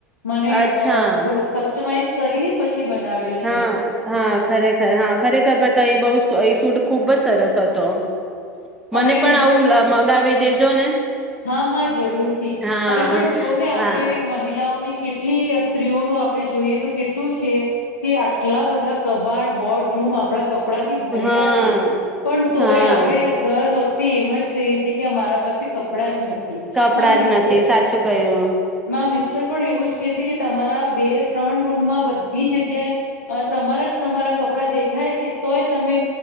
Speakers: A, on the left (about 70°); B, in the centre.
A: મને
B: અચ્છા
A: અહ થોડો કસ્ટમાઈઝ કરી ને પછી બનાવેલો
B: હા,
A: છે
B: હા ખરેખર હા ખરેખર પણ એ તો બહું <unintelligible> સૂટ ખૂબ જ સરસ હતો. મને
A: અને
B: પણ
A: જો
B: આવું
A: ને
B: લ મંગાવી દેજો ને.
A: હા, હા જરૂરથી,
B: હા
A: અને પણ જોઓ ને આપણે
B: હા
A: મહિલાઓને કેટલી સ્ત્રીઓનું આ આપડે જોઈએ તો કેટલું છે કે આટલા બધા કબાડ, વોર્ડ રૂમ આપડા કપ કપડાથી ભરેલા
B: હા
A: છે પણ તોય
B: હા
A: આપણે દર વખ તે એમ જ કહીએ છે કે અમારા પાસે કપડાં જ નથી.
B: કપડા
A: મારા મિસ્ટર-મારા
B: જ નથી સાચું કયું.
A: મિસ્ટર પણ એવું જ કે છે કે તમારા બે ત્રણ રૂમમાં બધી જગ્યાએ અહ તમારા જ તમારા કપડાં દેખાય છે. તોય તમે,